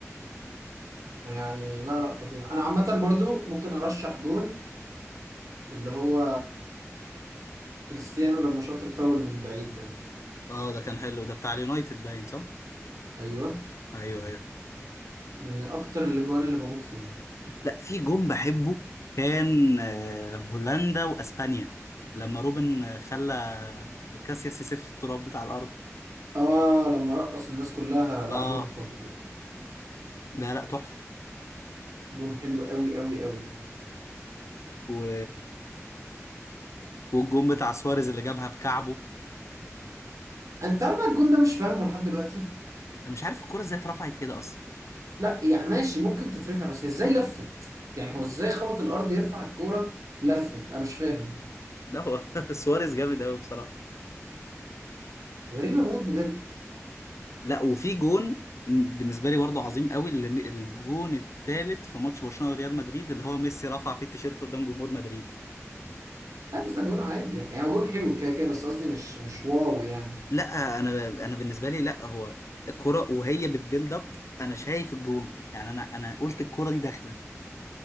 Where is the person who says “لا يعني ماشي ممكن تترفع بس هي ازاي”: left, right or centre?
Right